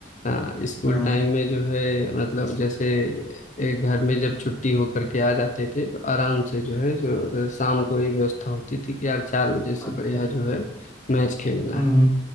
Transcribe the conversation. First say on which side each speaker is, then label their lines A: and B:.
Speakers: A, on the left; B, on the left.
A: हाँ स्कूल
B: हाँ
A: टाइम में जो है मतलब जैसे एक घर में जब छुट्टी होकर के आ जाते थे तो आराम से जो है जो अ, शाम को ये व्यवस्था होती थी कि यार चार बजे से
B: अच्छा
A: बढ़िया जो है मैच खेलना
B: हम्म
A: है